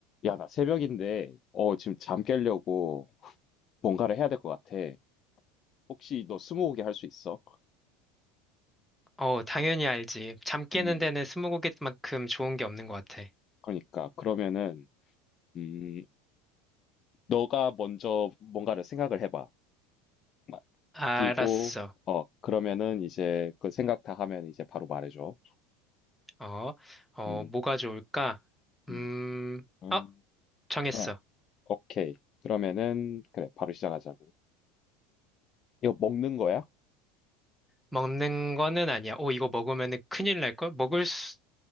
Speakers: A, on the left; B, in the centre.
A: 야, 나 새벽인데, 어, 지금 잠 깨려고 뭔가를 해야 될 것 같아. 혹시 너 스무고개 할 수 있어?
B: 어, 당연히 알지. 잠 깨는
A: 음,
B: 데는 스무고개만큼 좋은 게 없는 것 같아.
A: 그러니까, 그러면은, 음, 너가 먼저 뭔가를 생각을 해봐. 마-
B: 알았어.
A: 그리고, 어, 그러면은 이제 그 생각 다 하면 이제 바로 말해줘.
B: 어, 어,
A: 음,
B: 뭐가 좋을까? 음,
A: 음. 음,
B: 어, 정했어.
A: 응, 오케이. 그러면은, 그래, 바로 시작하자고. 이거 먹는 거야?
B: 먹는 거는 아니야. 오, 이거 먹으면 큰일 날걸? 먹을 수